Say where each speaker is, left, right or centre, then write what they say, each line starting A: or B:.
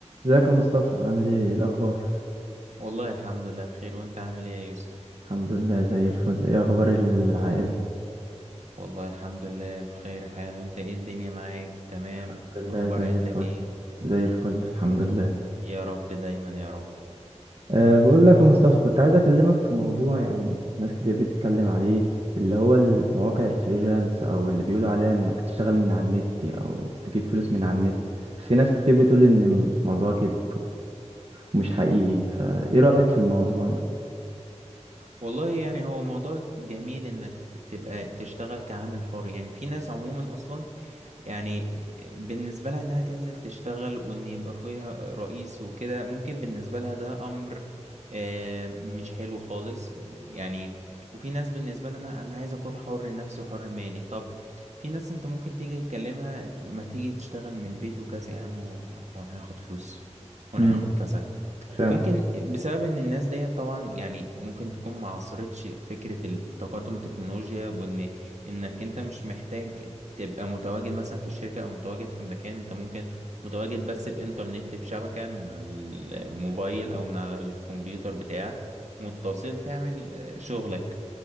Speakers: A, on the right (about 55°); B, on the right (about 70°).
A: ازيك يا مصطفى عامل ايه إيه الاخبار
B: والله الحمد لله بخير وانت عامل ايه يا يوسف
A: الحمد لله زي الفل ايه اخبار العائله
B: والله الحمد لله بخير حال وانت ايه الدنيا معاك تمام
A: الحمد لله
B: اخبار
A: زي
B: عيلتك
A: الفل
B: ايه
A: زي الفل الحمد لله
B: يا رب دايما يا رب
A: أه بقول لك يا مصطفى كنت عايز اكلمك في موضوع يعني ناس كتير بتتكلم عليه اللي هو المواقع الفريلانس او اللي بيقولوا عليها انك تشتغل من على النت او تجيب فلوس من على النت في ناس كتير بتقول ان الموضوع كده ومش حقيقي فايه رايك في الموضوع ده
B: والله يعني هو موضوع جميل انك ت- تبقى تشتغل كعامل حر يعني في ناس عموما اصلا يعني بالنسبة لها انها تنزل تشتغل وان يبقى فيها رئيس وكده ممكن بالنسبة لها ده امر آه، مش حلو خالص يعني وفي ناس بالنسبة لها انا أنا عايز اكون حر نفسي وحر مالي طب في ناس انت ممكن تيجي تكلمها ما تيجي تشتغل من البيت وكذا يا عم و- وانا هاخد فلوس وانا
A: امم
B: هاخد كذا
A: فعلا
B: ممكن بسبب ان الناس ديت طبعا يعني ممكن تكون ما عاصرتش فكرة التقدم التكنولوجيا وان انك انت مش محتاج تبقى متواجد مثلا في الشركة او متواجد في المكان انت ممكن متواجد بس بانترنت بشبكة من على الموبايل او من على الكمبيوتر بتاعك متصل تعمل آه، شغلك